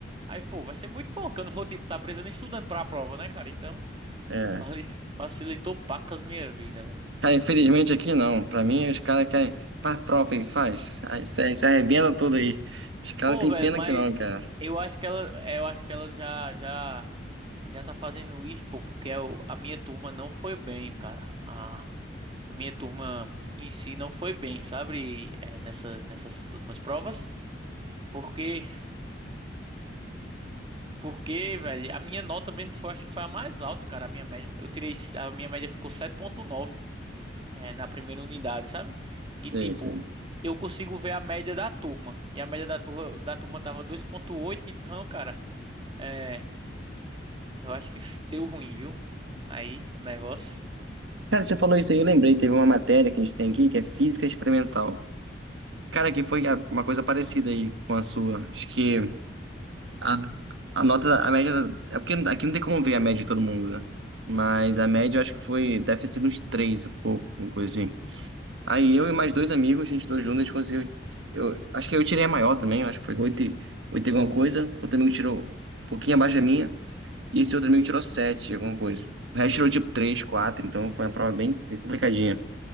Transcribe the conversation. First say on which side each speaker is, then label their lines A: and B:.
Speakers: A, on the right; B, on the right.
A: Aí, pô, vai ser muito bom, que eu não vou, tipo, tá precisando estudando pra prova, né, cara? Então,
B: É.
A: vale, facilitou pacas minha vida, velho.
B: Cara, infelizmente aqui não. Pra mim, os caras querem. Faz prova aí, faz. Aí se, se arrebenta tudo aí. Os caras
A: Pô,
B: têm
A: velho,
B: pena
A: mas
B: que não, cara.
A: eu acho que ela, é, eu acho que ela já, já, já tá fazendo isso, pô, porque eu- a minha turma não foi bem, cara. A, a minha turma em si não foi bem, sabe? É, nessas, nessas últimas provas. Porque, porque, velho, a minha nota mesmo foi, acho que foi a mais alta, cara, a minha média. Eu tirei, a minha média ficou 7.9, é, na primeira unidade, sabe? E
B: Sim,
A: tipo,
B: sim.
A: eu consigo ver a média da turma. E a média da turma, da turma tava dois ponto oito então, cara. é, Eu acho que <laughs> deu ruim, viu? Aí o negócio.
B: Cara, você falou isso aí, eu lembrei. Teve uma matéria que a gente tem aqui que é física experimental. Cara, que foi a- uma coisa parecida aí com a sua. Acho que. A, a nota, da- a média. da- É porque aqui não tem como ver a média de todo mundo, né? Mas a média eu acho que foi. Deve ter sido uns três e pouco, uma coisa assim. Aí eu e mais dois amigos, a gente dois juntos, a gente conseguiu. Eu, acho que eu tirei a maior também, eu acho que foi oito e oito e alguma coisa. Outro amigo tirou um pouquinho abaixo da minha. E esse outro amigo tirou sete, e alguma coisa. O resto tirou tipo três, quatro, então foi uma prova bem bem complicadinha.